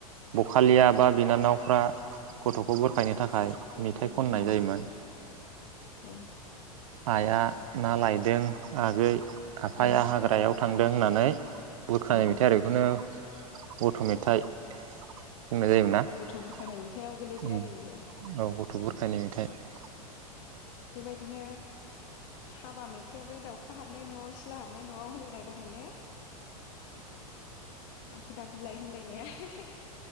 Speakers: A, on the right; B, on the left.
A: बखालिया
B: औ
A: बा बिनानाव फ्रा गथ'खौ बोरखायनो नि थाखाय
B: गथ'खौ
A: मेथाइ
B: बुरखायनाय
A: खननाय जायोमोन
B: औ
A: ।
B: औ
A: आइया ना लायदों दों आगै आफाया
B: उम
A: हाग्रायाव थांदों होननानै बुरखानाय
B: औ
A: मेथाइ आरो बेखौनो गथ' मेथाइ बुंनाय जायोमोन ना
B: गथ' बुरखायनाय मेथाइआव गोलैबाय आरो इयो
A: औ गथ'
B: उम
A: गुरखायनि मेथाइ ।
B: बेबायदिनो हाबा मेथाइाबो दाउखा हाबनाय नआव सिला हाबनाय नआव होनलायनाय दंमोन ने? आंख दा बिलाइ होनलायनाया <unintelligible>